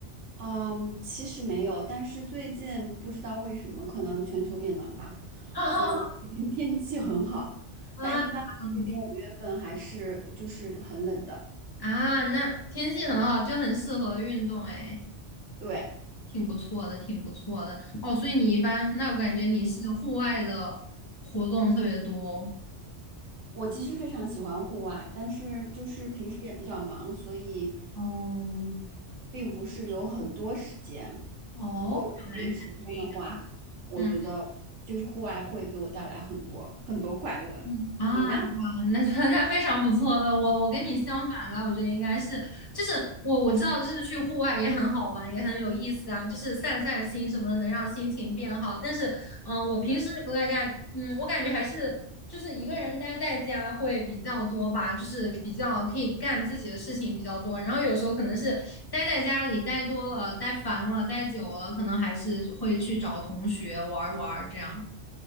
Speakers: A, on the right; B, on the left.
A: 嗯，其实没有，但是最近不知道为什么，可能全球变暖吧，
B: <laughs>
A: 所以我最近 <laughs> 天气很好，
B: 啊，
A: 但一般这边五月份还是就是很冷的，
B: 嗯啊，那天气很好，就很适合运动，哎，
A: 对。
B: 挺不错的，挺不错的。哦，所以你一般，那我感觉你是户外的活动特别多。
A: 我其实非常喜欢户外，但是就是平时也比较忙，所以
B: 哦，
A: 并不是有很多时间。
B: 哦，
A: 不过如果有时间的话，
B: 原来是这样。
A: 我觉得就是户外会给我带来很多很多快乐。
B: 嗯嗯啊，
A: 你呢？
B: 好那 <laughs> 那非常不错了。我我跟你相反吧，我觉得应该是，就是我我知道，就是去户外也很好玩，也很有意思啊，就是散散心什么的，能让心情变好。但是，嗯，我平时我感感，嗯，我感觉还是就是一个人待在家会比较多吧，就是比较可以干自己的事情比较多。然后有时候可能是待在家里待多了、待烦了、待久了，可能还是会去找同学玩儿玩儿这样。